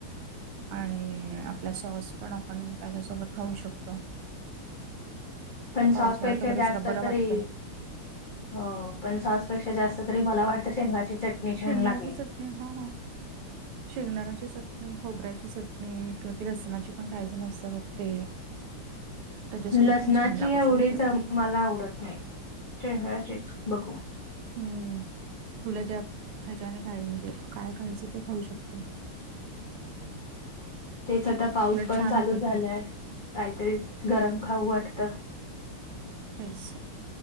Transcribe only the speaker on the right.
आणि आपला सॉस पण आपण त्याज्यासोबत खाऊ शकतो. आता
पावसाळ्यात
वगैरे
जरा बरं
वाटतंय
शेंगाची
चटणी हं हं शेंगदाणाची चटणी खोबऱ्याची चटणी किंवा ती लसनाची पण काही जन असतं बघ ते <inaudible> त्याच्यासोबत
पण छान लागू
शकते
हम्म तुला ज्या ह्याज्यान काय म्हणजे काय करायचं ते खाऊ शकते.
उलट
छान
होते
ते
तेच